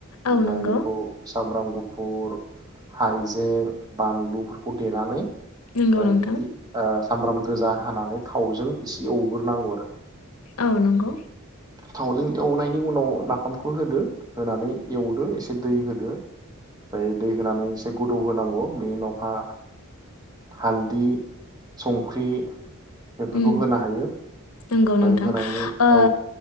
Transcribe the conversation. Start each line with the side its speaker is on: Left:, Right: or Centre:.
Right: ओमफ्राय
Left: औ नंगौ
Right: बेखौ सामब्राम गुफुर हाइजें बानलु फोरखौ देनानै
Left: नंगौ
Right: <unintelligible>
Left: नोंथां
Right: सामब्राम गोजा हानानै थावजों एसे एवग्रोनांगौ आरो
Left: औ नंगौ
Right: थावजों एवनायनि उनाव नाफामखौ होदो होनानै एवदो एसे दै होदो ओमफ्राय दै होनानै एसे गोदौ होनांगौ बेनि उनावहा हालदि संख्रि बेफोरखौ
Left: उम
Right: होनो हायो
Left: नंगौ
Right: ओमफ्राय
Left: नोंथां
Right: होनायनि
Left: ओ
Right: औ